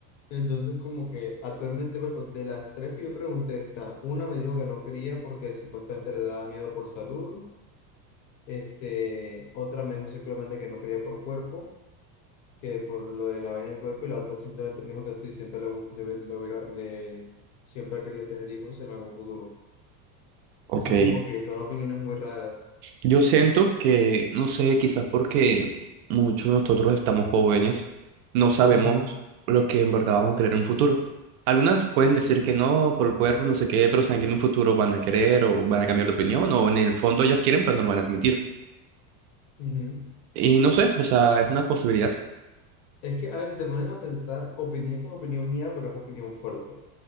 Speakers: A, on the left (about 55°); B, on the right (about 70°).
A: Entonces, como que actualmente, pues, pues, de las tres que yo pregunté, está, una me dijo que no quería porque supuestamente le daba miedo por salud, este, otra me dijo simplemente que no quería por cuerpo, que por lo de la vaina del cuerpo, y la otra simplemente me dijo que sí, siempre le, gu- le, hubi- le hubiera, le, siempre ha querido tener hijos en algún futuro.
B: ok.
A: Entonces, como que son opiniones muy raras.
B: Yo siento que, no sé, quizás porque muchos de nosotros estamos jóvenes, no sabemos
A: Ujú,
B: lo que en verdad vamos a querer en un futuro. Algunas pueden decir que no, por el cuerpo, no sé qué, pero saben que en un futuro van a querer o van a cambiar de opinión, o en el fondo ellas quieren, pero no lo van a admitir.
A: ujú.
B: Y no sé, o sea, es una posibilidad.
A: Es que a veces te pones a pensar, opinión, esto es opinión mía, pero es opinión fuerte.